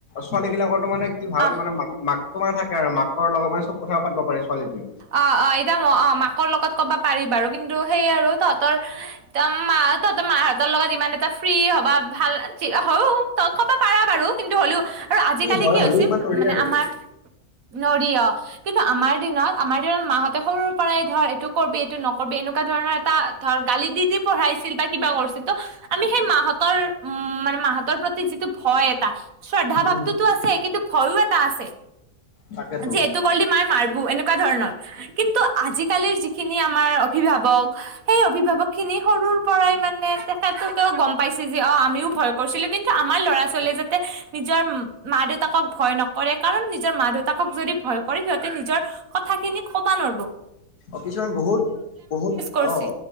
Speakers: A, on the left; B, on the right.
A: ছোৱালী বিলাকৰো মানে কি ভাল
B: অ',
A: মানে ম মাক তোমাৰ থাকে মাকৰ লগত মানে ছব কথা পাতিব পাৰে ছোৱালীটোৱে।
B: অ অ এতিয়া ম অ মাকৰ লগত কবা পাৰি বাৰু কিন্তু সেইয় আৰু তহঁতৰ ম তহঁতৰ মাহঁতৰ লগত ইমান এটা ফ্ৰী হবা ভাল হৈও লগ খব পাৰা বাৰু কিন্তু হ'লেও আৰু আজিকালি
A: হয়
B: কি হৈ
A: হ'লেও
B: হৈছে
A: ইমান নৰি
B: মানে
A: আৰু
B: আমাৰ নৰিয় কিন্তু আমাৰ দিনত আমাৰ দিনত মাহঁতে সৰুৰ পৰাই ধৰ এইটো কৰবী এইটো নকৰবি এনেকুৱা ধৰণৰ এটা ধৰ গালি দি দি পঢ়াই ছিল বা কিবা কৰিছিল ত আমি সেই মাহতৰ উ মানে মাহতৰ প্ৰতি যিটো ভয় এটা শ্ৰদ্ধা ভাৱটোতো
A: উম
B: আছে কিন্তু ভয়ো এটা আছে
A: তাকেতো।
B: যে এইটো কলে মই মাৰবো এনেকুৱা নেকোৱা ধৰণৰ কিন্তু আজিকালিৰ যিখিনি আমাৰ অভিভাৱক সেই অভিভাৱক খিনি সৰুৰ পৰাই মানে তেখেতকও গম পাইছে যে অ আমিও ভয় কৰিছিলো কিন্তু আমাৰ ল'ৰা ছোৱালীয়ে যাতে নিজৰ মা দেউতাকক ভয় নকৰে কাৰণ নিজৰ মা দেউতাকক যদি ভয় কৰে সিহঁতে নিজৰ কথা খিনি কবা নোৱাৰবো
A: অ কিছুমান বহুত বহুত
B: কৰিছে
A: অ